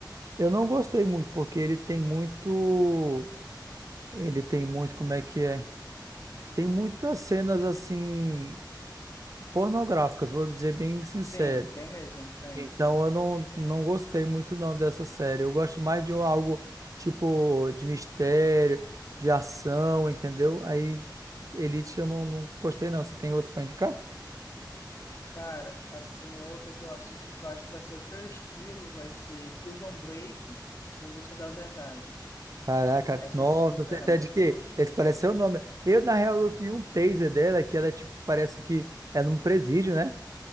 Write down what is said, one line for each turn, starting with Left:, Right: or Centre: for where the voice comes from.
Right: eu não gostei muito, porque ele tem muito, ele tem muito, como é que é? Tem muitas cenas, assim, pornográficas, vou dizer bem sincero.
Left: Sim, tem mesmo, tem.
Right: Então eu não, não gostei muito não dessa série. Eu gosto mais de um- algo tipo de mistério, de ação, entendeu? Aí Elite eu não, não gostei não. Você tem outro pra indicar?
Left: Cara, assim, outra que eu assisti que eu acho que vai ser o teu estilo, vai ser Prison Break, Em Busca da Verdade.
Right: Caraca,
Left: Essa
Right: nossa,
Left: sim,
Right: você
Left: cara,
Right: até
Left: é muito
Right: de quê?
Left: boa.
Right: Esse parece seu nome. Eu, na real, eu vi um taser dela, que ela, é, tipo, parece que é num presídio, né?